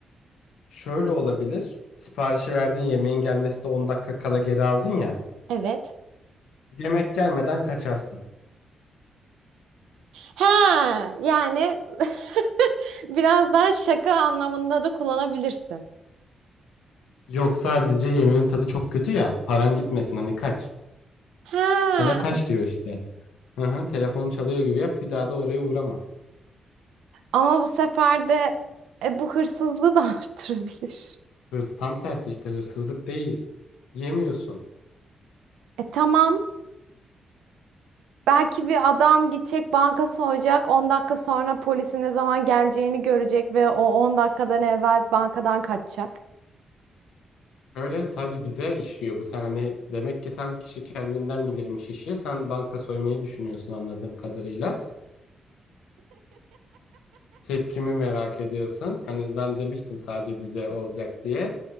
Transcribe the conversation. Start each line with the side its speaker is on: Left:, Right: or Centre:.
Left: Şöyle olabilir. Siparişi verdin yemeğin gelmesi de 10 dakika kala geri aldın ya.
Right: Evet.
Left: Yemek gelmeden kaçarsın.
Right: Ha yani <laughs> biraz daha şaka anlamında da kullanabilirsin.
Left: Yok sadece yemeğin tadı çok kötü ya. Paran gitmesin hani kaç.
Right: Ha
Left: Sana kaç diyor işte. Hı hı, telefonu çalıyor gibi yap bir daha da oraya uğrama.
Right: ama bu sefer de e, bu hırsızlığı da <laughs> arttırabilir.
Left: Hırs tam tersi işte hırsızlık değil. Yemiyorsun.
Right: E tamam. Belki bir adam gidecek banka soyacak. on dakika sonra polisin ne zaman geleceğini görecek ve o 10 dakikadan evvel bankadan kaçacak.
Left: Öyle sadece bize işliyor bu. Sen hani demek ki sen kişi kendinden bilirmiş işi. Sen banka soymayı düşünüyorsun anladığım kadarıyla. tepkimi merak ediyorsun. Hani ben demiştim sadece bize olacak diye.